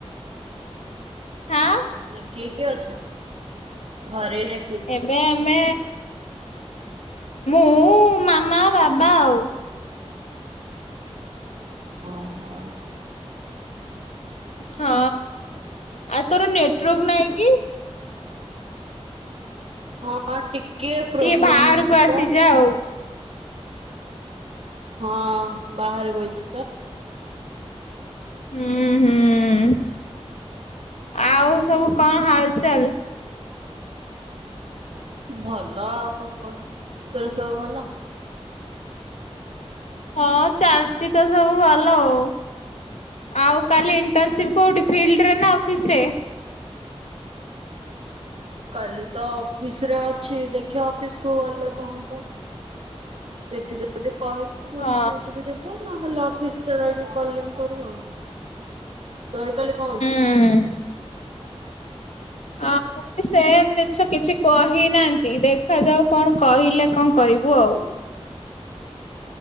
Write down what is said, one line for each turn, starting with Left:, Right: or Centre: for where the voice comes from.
Left: ହାଁ
Right: ଏନା କିଏ କିଏ ଅଛ ଘରେ ଏନା
Left: ଏବେ ଆମେ ମୁଁ ମାମା ବାବା ଆଉ।
Right: ଓହୋ।
Left: ହଁ ଆଉ ତୋର ନେଟୱାର୍କ ନହିଁ କି?
Right: ହଁ ଟିକେ ପ୍ରୋବ୍ଲେମ
Left: ଟିକେ ବାହାରକୁ
Right: ହଉଚି
Left: ଆସିଯା
Right: ତ।
Left: ଆଉ।
Right: ହଁ ବାହାରେ ବଇଚି ପା।
Left: ହୁଁ ହୁଁ ଆଉ ସବୁ କଣ ହାଲଚାଲ?
Right: ଭଲ ଆଉ କଣ ତୋର ସବୁ ଭଲ?
Left: ହଁ ଚାଲିଚି ତ ସବୁ ଭଲ ଆଉ। ଆଉ କାଲି ଇଣ୍ଟର୍ନସିପ୍ କୋଉଠି ଫିଲ୍ଡ ରେ ନା ଅଫିସ ରେ?
Right: କାଲି ତ ଅଫିସ୍ ରେ ଅଛି ଦେଖିବା ଅଫିସ୍ କୁ ଗଲେ କଣ ହବ। ସେଇଠି ଯଦି କହିବ ପୁଣି
Left: ହଁ
Right: ଫିଲ୍ଡକୁ ଯିବୁ ନହେଲେ ଅଫିସରେ ରହିକି କଲିଂ କରିବୁ ଆଉ ତର କାଲି କଣ ଅଛି?
Left: ହୁଁ। ହଁ। ସେମ ଜିନିଷ କିଛି କହିନାହାନ୍ତି ଦେଖାଯାଉ କଣ କହିଲେ କଣ କରିବୁ ଆଉ?